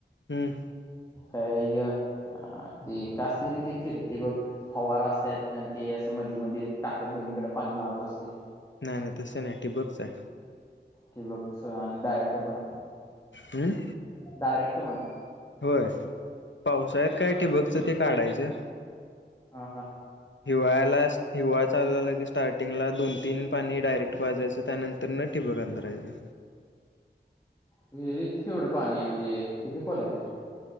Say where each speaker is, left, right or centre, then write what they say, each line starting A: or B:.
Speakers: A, on the left (about 80°); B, on the left (about 15°).
A: हम्म
B: काय ह ते का असते ति ते फिरते बघ फवारा असतात आणि ते असं मध्ये मध्ये टाकत दोन्हीकडे पा णी मारत असतंय
A: नाही नाही तसं नाही ठिबकच आहे
B: ठिबकच आणि डायट पण
A: हम्म
B: डायरेक्ट पण
A: होय पावसाळ्यात काय टिबकच ते काढायचं
B: हा हा
A: हिवाळ्याला हिवाळा चालु झाला की स्टार्टिंगला दोन तीन पाणी डायरेक्ट पाजायचं त्यानंतर न ठी बक हंथरायच
B: विहिरीत केवढं पाणी म्हणजे किती खोला आहे विहीर?